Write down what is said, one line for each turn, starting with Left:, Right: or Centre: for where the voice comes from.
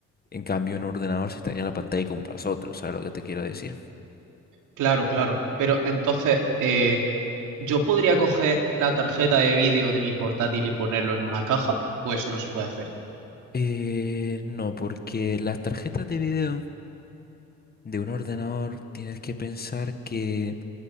Left: En cambio, en un ordenador se te daña la pantalla y compras otro, ¿sabes lo que te quiero decir?
Right: claro, claro. Pero entonces, eh, ¿yo podría coger la tarjeta de vídeo de mi portátil y ponerlo en una caja? Pues eso no se puede hacer.
Left: Eh, no, porque las tarjetas de video de un ordenador tienes que pensar que,